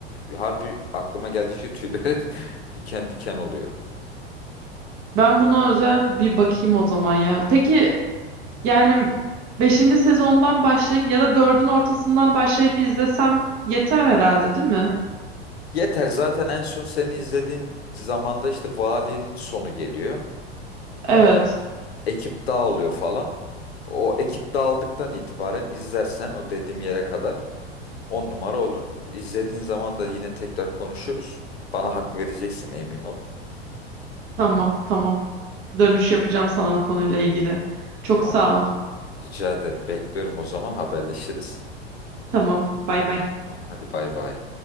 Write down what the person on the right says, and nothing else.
Ben buna özel bir bakayım o zaman ya. Peki yani beşinci sezondan başlayıp ya da dördün ortasından başlayıp izlesem yeter herhalde değil mi?
Evet.
Tamam,
tamam. Dönüş yapacağım sana bu konuyla ilgili. Çok
sağ ol.
Tamam, bay bay.